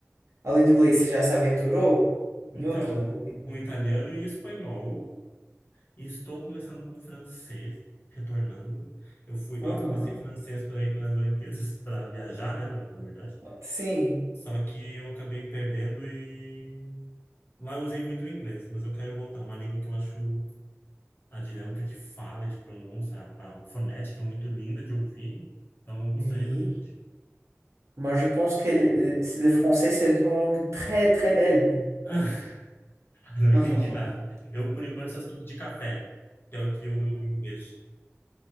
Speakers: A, on the right; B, on the left.
A: Além do inglês, você já se aventurou em
B: Então,
A: outra? né?
B: com italiano e espanhol, e estou começando com francês, retornando. Eu fui,
A: Aham.
B: eu comecei francês para ir para as Olimpíadas, <laughs> para viajar, né, na, na verdade.
A: Sim.
B: Só que eu acabei perdendo e Lá eu usei muito o inglês, mas eu quero voltar. É uma língua que eu acho a dinâmica de fala, e de pronúncia, a, a fonética é muito linda de ouvir. Então, eu gostaria
A: Oui.
B: bastante.
A: Moi, je pense que le, le le français, c'est une langue très, très belle.
B: <laughs> Não entendi
A: <laughs>
B: nada. Eu, por enquanto, só sei pedir café, que é o que o Duolingo deixa.